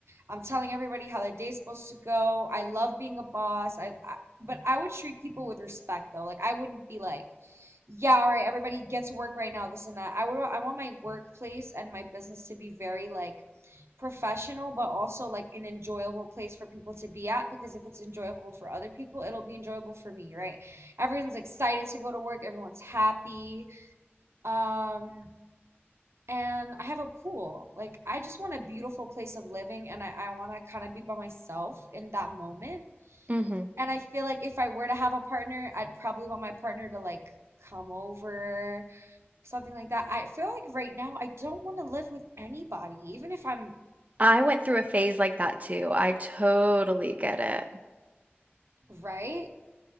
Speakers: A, on the right; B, on the right.
A: I'm telling everybody how their day's supposed to go. I love being a boss. I, I but I would treat people with respect though. Like I wouldn't be like, yeah, all right, everybody gets work right now, this and that. I would I want my workplace and my business to be very like professional, but also like an enjoyable place for people to be at because if it's enjoyable for other people, it'll be enjoyable for me, right? Everyone's excited to go to work, everyone's happy. Um, and I have a pool. Like I just want a beautiful place of living and I, I want to kind of be by myself in that moment.
B: hmm
A: And I feel like if I were to have a partner, I'd probably want my partner to like come over, something like that. I feel like right now I don't want to live with anybody, even if I'm
B: I went through a phase like that too. I totally get it.
A: right.